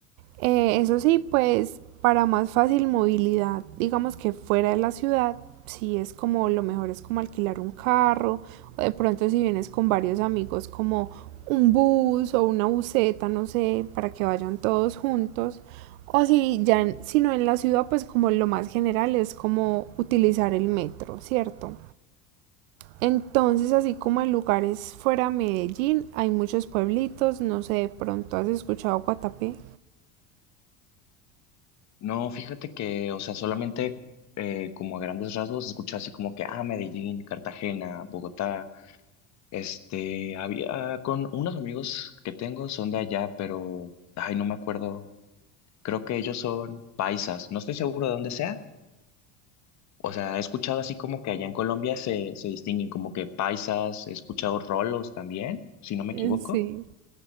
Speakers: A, on the right (about 80°); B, on the left (about 45°).
A: Eh, eso sí, pues para más fácil movilidad, digamos que fuera de la ciudad, si es como lo mejor es como alquilar un carro, o de pronto si vienes con varios amigos como un bus o una buseta, no sé, para que vayan todos juntos. O si ya, en- si no en la ciudad, pues como lo más general es como utilizar el metro, ¿cierto? Entonces, así como en lugares fuera de Medellín, hay muchos pueblitos, no sé, de pronto has escuchado Guatapé.
B: No, fíjate que, o sea, solamente eh, como a grandes rasgos escuché así como que, ah, Medellín, Cartagena, Bogotá, este, había con unos amigos que tengo son de allá, pero, ay, no me acuerdo, creo que ellos son paisas, no estoy seguro de dónde sea, o sea, he escuchado así como que allá en Colombia se, se distinguen como que paisas, he escuchado rolos también, si no me
A: <laughs>
B: equivoco.
A: Sí.